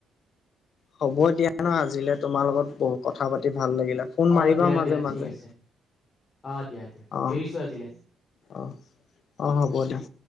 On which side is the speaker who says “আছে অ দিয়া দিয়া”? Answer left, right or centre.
Left